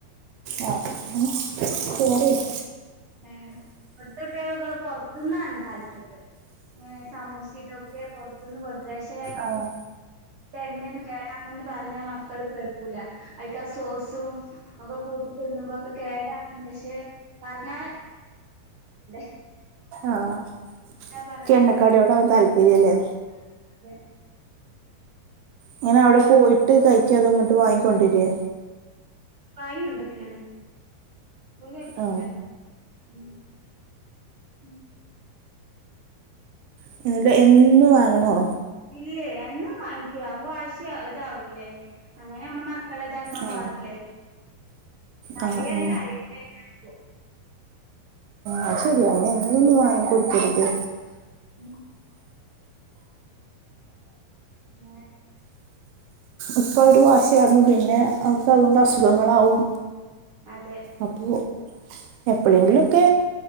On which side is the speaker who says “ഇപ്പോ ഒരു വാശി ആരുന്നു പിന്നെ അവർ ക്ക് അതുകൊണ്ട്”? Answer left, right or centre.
Right